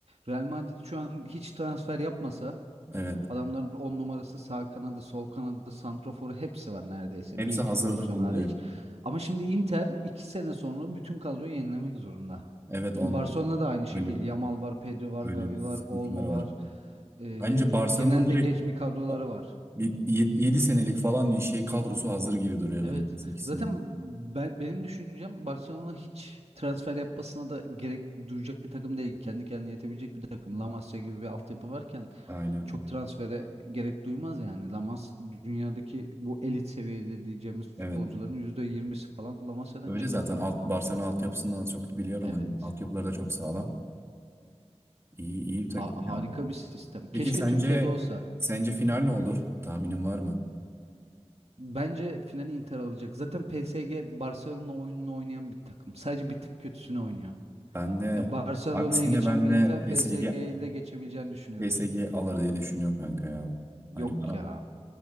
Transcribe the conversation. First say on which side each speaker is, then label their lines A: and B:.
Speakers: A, on the right; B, on the right.
A: Real Madrid şu an hiç transfer yapmasa
B: Evet.
A: Adamların 10 numarası sağ kanadı, sol kanadı, santroforu hepsi var neredeyse.
B: Hepsi
A: Bir iki
B: hazırda
A: pozisyon
B: bulunuyor.
A: hariç. Ama şimdi Inter 2 sene sonra bütün kadroyu yenilemek zorunda.
B: Evet
A: Şimdi
B: on
A: Barcelona da aynı şekilde.
B: öyle
A: Yamal var, Pedri var,
B: öyle
A: Gavi
B: bir sıkıntılar
A: var, Olmo
B: var.
A: var. Ee,
B: Bence Barcelona'nın
A: genelde
B: direkt
A: genç bir kadroları
B: o
A: var.
B: 7 senelik falan bir şey kadrosu hazır gibi duruyor
A: Evet.
B: bana ikisinin.
A: Zaten ben benim düşüncem Barcelona hiç transfer yapmasına da gerek duyacak bir takım değil. Kendi kendine yetebilecek bir takım. La Masia gibi bir altyapı varken
B: Aynen.
A: çok transfere gerek duymaz yani. Lamas dünyadaki bu elit seviyede diyeceğimiz futbolcuların
B: Evet.
A: yüzde yirmisi falan Lamasya'dan
B: Öyle
A: çıkma.
B: zaten alt Barcelona altyapısından az çok biliyorum.
A: Evet.
B: Hani altyapıları da çok sağlam. İyi iyi bir takım
A: Ha- harika
B: ya.
A: bir sistem. Keşke
B: Peki sence
A: Türkiye'de olsa.
B: sence final ne olur? Tahminin var mı?
A: Bence finali Inter alacak. Zaten PSG Barcelona oyununu oynayan bir takım. Sadece bir tık kötüsünü oynuyor.
B: Ben de
A: Ya Barcelona'ya
B: aksine
A: geçen
B: ben
A: bir
B: de
A: Inter
B: PSG
A: PSG'ye de geçebileceğini düşünüyorum.
B: PSG alır diye düşünüyorum kanka ya.
A: Yok
B: Hani bana
A: ya.